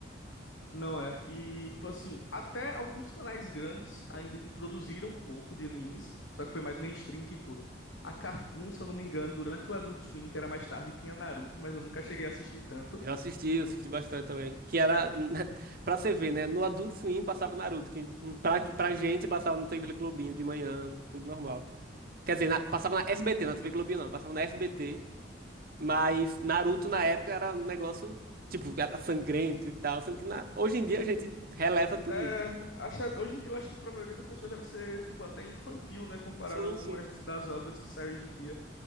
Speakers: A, on the left (about 80°); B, on the right (about 50°).
A: Não é. E, tipo assim, até alguns canais grandes ainda introduziram um pouco de animes, só que foi mais mainstream, tipo, a Cartoon, se eu não me engano, durante o Adult Swim, que era mais tarde, tinha Naruto, mas eu nunca cheguei a assistir tanto.
B: Eu assisti, eu assisti bastante também. Que era, <laughs> pra você ver, né? No Adult Swim passava Naruto, que hum, pra, pra gente passava na TV Globinho de manhã, tudo normal. Quer dizer, na- passava na SBT, na TV Globinho não, passava na SBT. Mas Naruto na época era um negócio, tipo, era sangrento e tal. Sendo que na- hoje em dia a gente releva tudo
A: É,
B: isso.
A: acha- hoje em dia eu acho que pra maioria das pessoas deve ser, tipo, até infantil, né, comparado
B: Sim,
A: a algumas
B: sim.
A: das obras que saem hoje em dia.